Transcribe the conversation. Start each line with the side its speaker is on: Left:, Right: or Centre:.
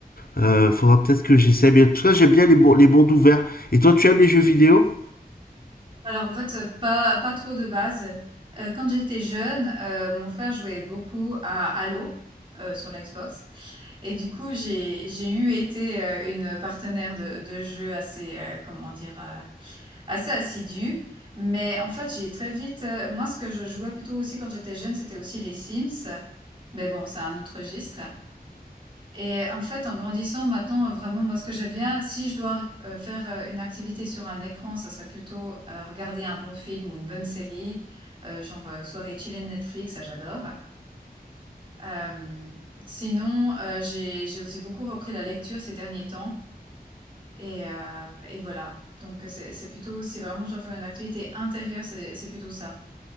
Left: euh, faudra peut-être que j'essaie. Mais en tout cas, j'aime bien les, mon- les mondes ouverts. Et toi, tu aimes les jeux vidéo?
Right: Alors en fait, heu, pas pas trop de base. Heu, quand j'étais jeune, heu, mon frère jouait beaucoup à Halo, heu, sur la Xbox et du coup, j'ai j'ai eu été, heu, une partenaire de de jeu assez, heu, comment dire? Heu, assez assidue. Mais en fait, j'ai très vite, heu moi, ce que je jouais plutôt aussi quand j'étais jeune, c'était aussi les Sims. Mais bon, c'est un autre registre. Et en fait, en grandissant maintenant, euh, vraiment, moi, ce que j'aime bien, si je dois euh, faire euh, une activité sur un écran, ça serait plutôt euh, regarder un bon film ou une bonne série, euh, genre euh, soirée chillée de Netflix, ça j'adore. Euh, sinon, euh, j'ai j'ai aussi beaucoup repris la lecture ces derniers temps, et, euh, et voilà. Donc c'est c'est plutôt si vraiment je dois faire une activité intérieure, c'est c'est plutôt ça.